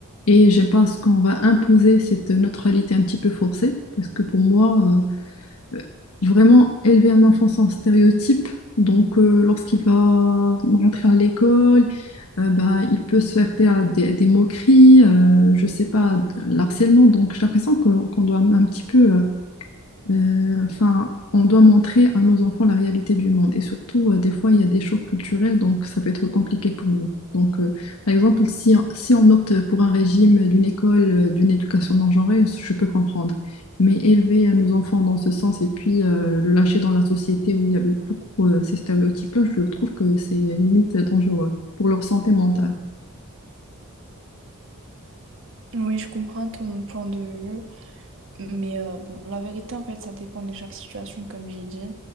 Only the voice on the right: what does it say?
Oui, je comprends ton point de vue, mais euh, bon, la vérité, en fait, ça dépend de chaque situation, comme j'ai dit.